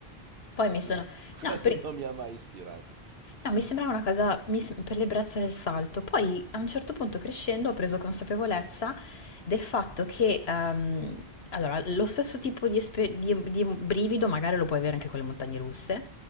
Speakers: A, on the left; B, on the right.
A: Poi mi sono...
B: No, quello
A: No, per-
B: non mi ha mai ispirato.
A: No, mi sembrava una cosa mi sem- per l'ebbrezza del salto. Poi a un certo punto crescendo ho preso consapevolezza del fatto che, ehm, allora, lo stesso tipo di, espe- di- di brivido magari lo puoi avere anche con le montagne russe,